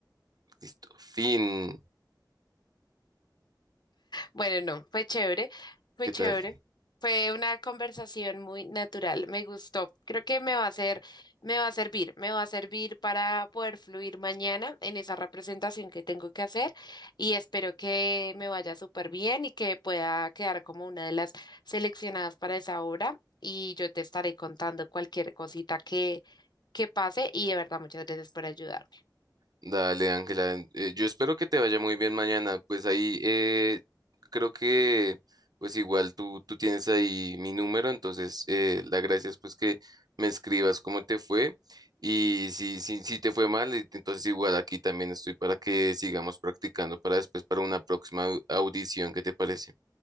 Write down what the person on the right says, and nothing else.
Listo, fin.
¿Qué
tal?
Dale, Ángela. eh, yo espero que te vaya muy bien mañana. Pues ahí eh, creo que pues igual tú, tú tienes ahí mi número, entonces eh, la gracia es pues que me escribas cómo te fue y si, si, si te fue mal, y entonces igual aquí también estoy para que sigamos practicando para después para una próxima au- audición. ¿Qué te parece?